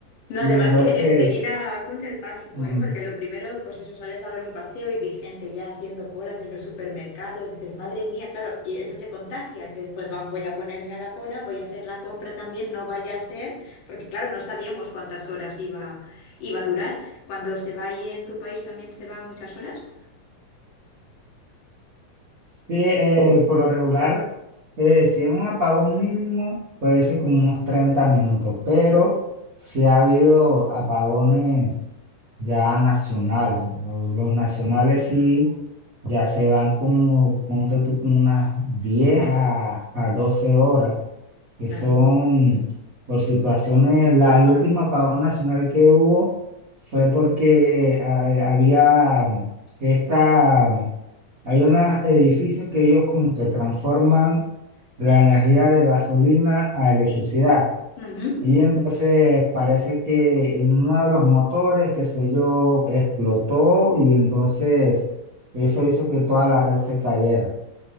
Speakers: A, on the left (about 65°); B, on the right (about 50°).
A: No,
B: Y
A: además
B: entonces,
A: que enseguida cunde el pánico,
B: mm,
A: ¿eh? Porque lo primero, pues eso, sales a dar un paseo y vi gente ya haciendo colas en los supermercados. Dices, madre mía, claro, y eso se contagia. Dices, pues van, voy a ponerme a la cola, voy a hacer la compra también, no vaya a ser, porque claro, no sabíamos cuántas horas iba, iba a durar. Cuando se va ahí en tu país también se va muchas horas.
B: sí, eh, por lo regular, eh, si es un apagón mínimo, puede ser como unos 30 minutos, pero si ha habido apagones ya nacionales. ¿no? Los nacionales
A: Ujú.
B: sí, ya se van como, ponte tú, como unas 10 a, a 12 horas. que
A: Claro.
B: son por situaciones, la, el último apagón nacional que hubo fue porque eh, había mm, esta, mm, hay unos edificios que ellos como que transforman la energía de gasolina a electricidad.
A: Sí. Ujú.
B: Y entonces parece que uno de los motores, qué sé yo, explotó y entonces eso hizo que toda la red se cayera.